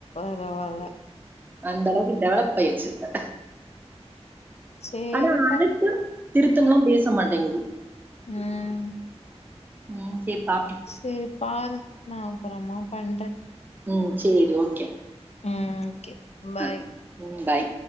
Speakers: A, on the left; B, on the right.
A: பரவால்ல
B: அந்த அளவுக்கு டெவலப் ஆயிருச்சு இப்ப
A: சேரிப்பா
B: ஆனா அழுத்த திருத்தமாலா பேச மாட்டேங்குது
A: ம்
B: ம். சரி பாப்போம்.
A: சேரி பாரு நா அப்பறமா பண்றே
B: ம் சேரி ஓகே
A: ம் ஓகே பாய்
B: அ. ம் பாய்